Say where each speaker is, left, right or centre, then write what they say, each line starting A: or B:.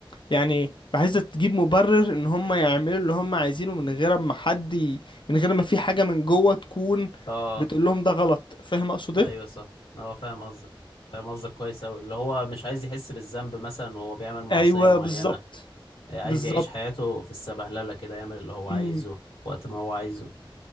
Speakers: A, on the left; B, on the left.
A: يعني عايزة تجيب مبرر ان هم يعملوا اللي هم عايزينه من غير ما حد ي... من غير ما في حاجة من جوه تكون
B: اه
A: بتقول لهم ده غلط فاهم اقصد
B: ايوه
A: ايه
B: صح هو فاهم قصدك فاهم قصدك كويس اوي اللي هو مش عايز يحس بالذنب مثلا وهو بيعمل معصية
A: ايوه
B: معينة
A: بالظبط
B: آه، عايز
A: بالظبط
B: يعيش حياته في السبهللة كده يعمل اللي هو عايزه
A: مم.
B: وقت ما هو عايزه